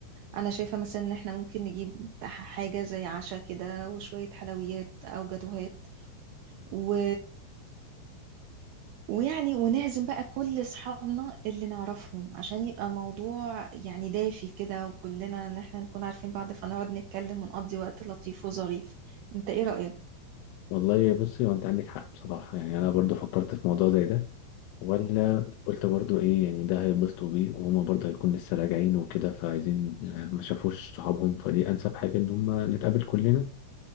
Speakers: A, on the right; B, on the left.
A: أنا شايفة مثلا إن إحنا ممكن نجيب حاجة زي عشاء كده وشوية حلويات أو جاتوهات و ويعني ونعزم بقى كل اصحابنا اللي نعرفهم عشان يبقى موضوع يعني دافي كده وكلنا ان احنا نكون عارفين بعض فنقعد نتكلم ونقضي وقت لطيف وظريف انت ايه رأيك؟
B: والله بصي هو أنت عندك حق بصراحة يعني أنا برضه فكرت في موضوع زي ده ولا قلت برضه إيه يعني ده هيتبسطوا بيه وهما برضه هيكون لسه راجعين وكده فعايزين ما شافوش صحابهم فدي أنسب حاجة إن هما نتقابل كلنا